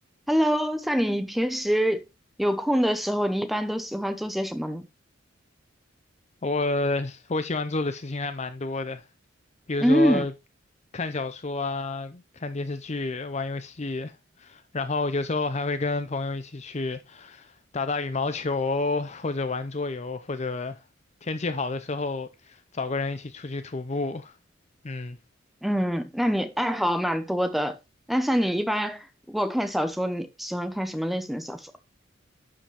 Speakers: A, in the centre; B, on the left.
A: Hello，像你平时有空的时候，你一般都喜欢做些什么呢？
B: 我我喜欢做的事情还蛮多的，比如说
A: 嗯
B: 看小说啊、看电视剧、玩游戏，然后有时候还会跟朋友一起去打打羽毛球，或者玩桌游，或者天气好的时候找个人一起出去徒步。嗯，
A: 嗯，那你爱好蛮多的。那像你一般如果看小说，你喜欢看什么类型的小说？